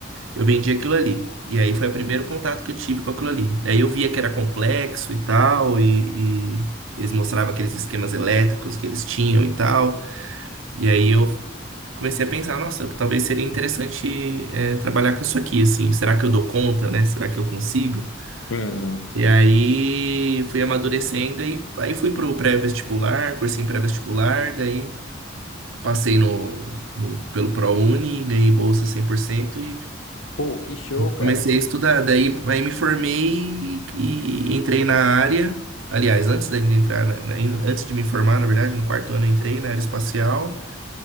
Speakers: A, on the right; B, on the left.
A: eu vendia aquilo ali. E aí foi o primeiro contato que eu tive com aquilo ali. Aí eu via que era complexo e tal, e, e eles mostravam aqueles esquemas elétricos que eles tinham e tal. E aí eu comecei a pensar, nossa, talvez seria interessante, é, trabalhar com isso aqui, assim, será que eu dou conta, né? Será que eu consigo?
B: Sim.
A: E aí fui amadurecendo e aí fui pro pré-vestibular, cursinho pré-vestibular, daí passei no, no pelo ProUni, ganhei bolsa 100% e
B: Pô, que show, cara.
A: comecei a estudar. Daí aí me formei e, e entrei na área. Aliás, antes de entrar na- na- antes de me formar, na verdade, no quarto ano eu entrei na área espacial.